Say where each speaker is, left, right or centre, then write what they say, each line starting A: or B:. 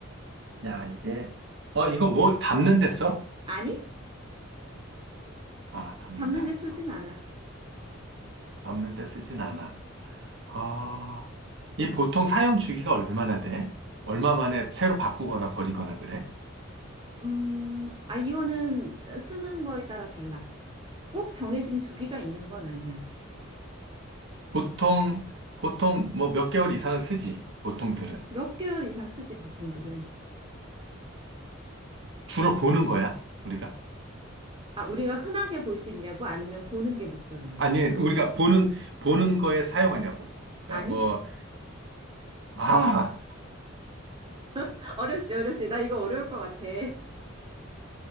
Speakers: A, on the right; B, on the right.
A: 야, 이게, 어, 이거 뭐 담는 데 써?
B: 아니?
A: 아, 담는
B: 담는
A: 데 안
B: 데 쓰진
A: 써.
B: 않아.
A: 담는 데 쓰진 않아. 아, 이 보통 사용 주기가 얼마나 돼? 얼마 만에 새로 바꾸거나 버리거나 그래?
B: 음, 아이오는 쓰는 거에 따라 달라. 꼭 정해진 주기가 있는 건 아니야.
A: 보통, 보통 뭐 몇 개월 이상은 쓰지, 보통들은.
B: 몇 개월 이상 쓰지, 보통들은.
A: 주로 보는 거야, 우리가?
B: 아, 우리가 흔하게 볼 수 있냐고? 아니면 보는 게 목적이냐고?
A: 아니, 우리가 보는, 보는 거에 사용하냐고. 그러니까
B: 아니?
A: 뭐, 아,
B: <laughs> 어렵지, 어렵지. 나 이거 어려울 것 같아. <laughs>